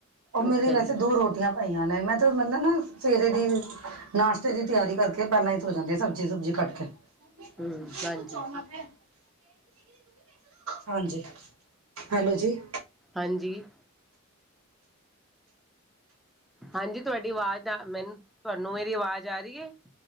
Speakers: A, on the right; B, in the centre.
A: ਉਹ
B: ਅੱਛਾ
A: ਮੇਰੀ ਵੈਸੇ
B: ਜੀ
A: ਦੋ ਰੋਟੀ। ਆਂ ਪਾਈਆਂ ਨੇ ਮੈਂ ਤੇ ਮਤਲਦਾ <inaudible> ਨਾ ਸਵੇਰੇ ਦੀ ਨਾਸ਼ਤੇ ਦੀ ਤਿਆਰੀ ਕਰਕੇ ਪਹਿਲਾਂ ਹੀ ਸੌ ਜਾਂਦੀ ਹੈ ਸਬਜ਼ੀ ਸੁਬਜ਼ੀ ਕੱਟ ਕੇ। <unintelligible>
B: ਹਮ ਹਾਂਜੀ
A: ਹਾਂਜੀ, ਹੈਲੋ ਜੀ।
B: ਹਾਂਜੀ। ਹਾਂਜੀ, ਤੁਹਾਡੀ ਆਵਾਜ਼ ਆ ਮੈਨੂੰ ਤੁਹਾਨੂੰ ਮੇਰੀ ਆਵਾਜ਼ ਆ ਰਹੀ ਹੈ?